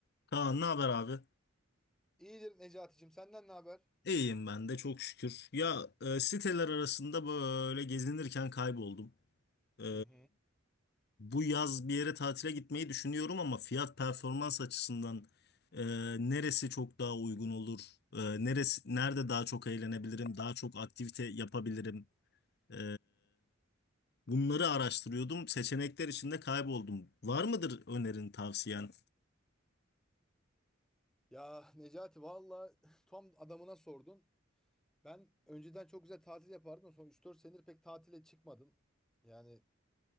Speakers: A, on the left; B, in the centre.
A: Kaan ne haber abi?
B: İyidir Necati'cim. Senden ne haber?
A: İyiyim ben de çok şükür. Ya e, siteler arasında böyle gezinirken kayboldum. E,
B: Hı hı.
A: bu yaz bir yere tatile gitmeyi düşünüyorum ama fiyat performans açısından e, neresi çok daha uygun olur? E, neresi nerede daha çok eğlenebilirim? Daha çok aktivite yapabilirim? E, bunları araştırıyordum. Seçenekler içinde kayboldum. Var mıdır önerin, tavsiyen?
B: Ya Necati valla <laughs> tam adamına sordun. Ben önceden çok güzel tatil yapardım. Son üç 4 senedir pek tatile çıkmadım. Yani